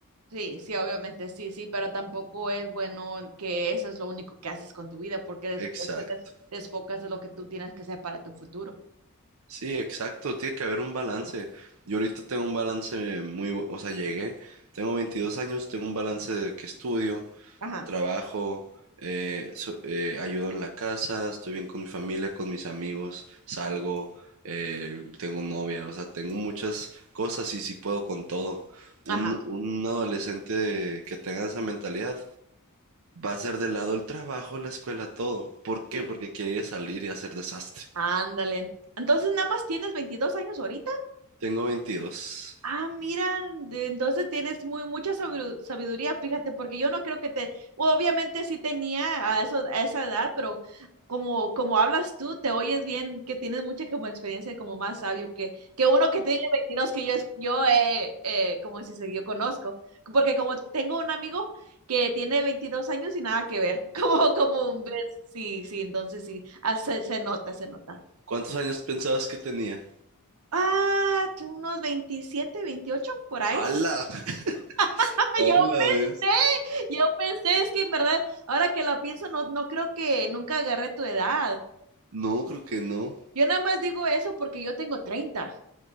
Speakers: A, on the right; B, on the right.
A: Sí, sí, obviamente sí, sí, pero tampoco es bueno que eso es lo único que haces con tu vida porque después
B: Exacto.
A: te des- desfocas de lo que tú tienes que hacer para tu futuro.
B: Sí, exacto, tiene que haber un balance. Yo ahorita tengo un balance muy, bu- o sea, llegué, tengo 22 años, tengo un balance de que estudio,
A: Ajá,
B: trabajo, eh, so- eh, ayudo en la casa, estoy bien con mi familia, con mis amigos, salgo, eh, tengo novia, o sea, tengo muchas cosas y sí puedo con todo. Un,
A: ajá.
B: un adolescente que tenga esa mentalidad va a ser de lado el trabajo, la escuela, todo. ¿Por qué?
A: Sí.
B: Porque quiere salir y hacer desastre.
A: Ándale. Entonces, nada más tienes 22 años ahorita.
B: Tengo 22.
A: Ah, mira, de- entonces tienes muy mucha sabidu- sabiduría, fíjate, porque yo no creo que te, obviamente sí tenía a eso, a esa edad, pero como, como hablas tú, te oyes bien, que tienes mucha como experiencia, y como más sabio que, que uno que tiene 22 que yo, es- yo eh, eh, como si se yo conozco, porque como tengo un amigo que tiene 22 años y nada que ver, <laughs> como, como ves, sí, sí, entonces sí, ah, se se nota, se nota.
B: ¿Cuántos años pensabas que tenía?
A: Ah, que unos 27, 28 por ahí.
B: ¡Hala! <laughs>
A: <laughs>
B: ¡Hala,
A: Yo pensé,
B: ves!
A: yo pensé, es que en verdad, ahora que lo pienso, no, no creo que nunca agarré tu edad.
B: No, creo que no.
A: Yo nada más digo eso porque yo tengo 30.